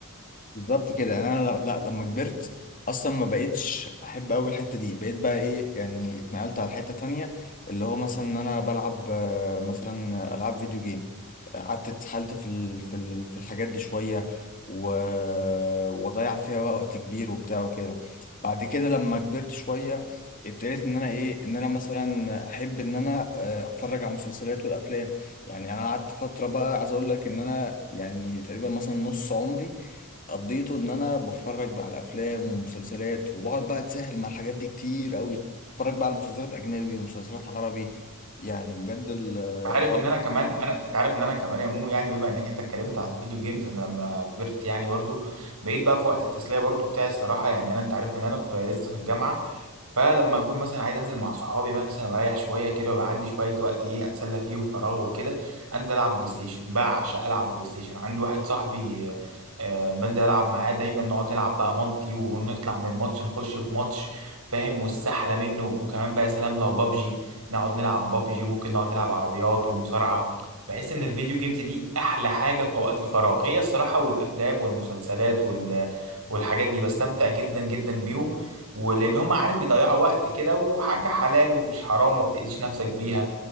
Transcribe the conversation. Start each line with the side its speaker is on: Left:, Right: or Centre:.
Left: بالظبط كده يعني انا ل- لا لما كبرت اصلا ما بقتش احب اوي الحته دي بقيت بقى ايه يعني اتنقلت على حته تانية اللي هو مثلا ان انا بلعب آه، مثلا العاب فيديو جيم قعدت اتسحلت في ال... في ال... في الحاجات دي شويه و... وضيع فيها وقت كبير وبتاع وكده بعد كده لما كبرت شويه ابتديت ان انا ايه ان انا مثلا احب ان انا آه، اتفرج على المسلسلات والافلام يعني انا قعدت فتره بقى عايز اقول لك ان انا يعني تقريبا مثلا نص عمري قضيته ان انا بتفرج بقى على افلام ومسلسلات وبقعد بقى اتسهل مع الحاجات دي كتير قوي اتفرج بقى على مسلسلات اجنبي ومسلسلات عربي يعني بجد ال-
Right: انت عارف
Left: الحوار
Right: ان انا كمان انا انت عارف ان انا كمان يا مو يعني بما انك انت اتكلمت على الفيديو جيمز انا لما كبرت يعني برضو بقيت بقى في وقت التسلية برضو بتاعي الصراحة يعني انا انت عارف ان انا في... لسه في الجامعة فلما اكون مثلا عايز انزل مع صحابي مثلا واريح شويه كده ويبقى عندي شويه وقت ايه اتسلى فيه وفراغ وكده انزل العب بلاي ستيشن بعشق العب بلاي ستيشن عندي واحد صاحبي آه آه، بنزل العب معاه دايما نقعد نلعب بقى مالتي ونطلع من ماتش نخش في ماتش فاهم والسحله منه وكمان بقى سلام لو بابجي نقعد نلعب بابجي وممكن نقعد نلعب عربيات ومصارعه بحس ان الفيديو جيمز دي احلى حاجه في اوقات الفراغ هي الصراحه والافلام والمسلسلات وال... والحاجات دي بستمتع جدا جدا بيهم ولان هم عارف بيضيعوا وقت كده وحاجه حلال ومش حرام وما بتاذيش نفسك بيها